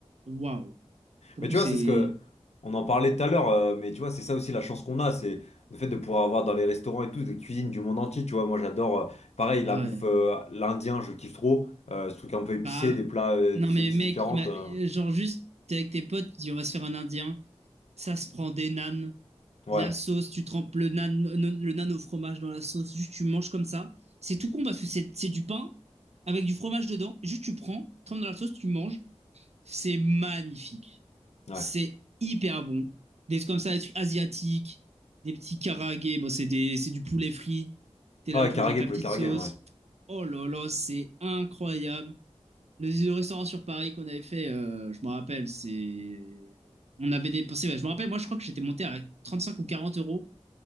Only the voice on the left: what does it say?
Mais
tu
vois, c'est ce que on en parlait tout à l'heure, euh, mais tu vois, c'est ça aussi la chance qu'on a, c'est le fait de pouvoir avoir dans les restaurants et tout des cuisines du monde entier, tu vois. Moi, j'adore, euh, pareil, la
bouffe,
euh, l'indien, je kiffe trop, euh, ce truc un peu épicé,
des plats, euh,
des
épices
différentes.
euh,
ouais,
ouais.
Ouais,
karagé,
poulet
karagé,
ouais.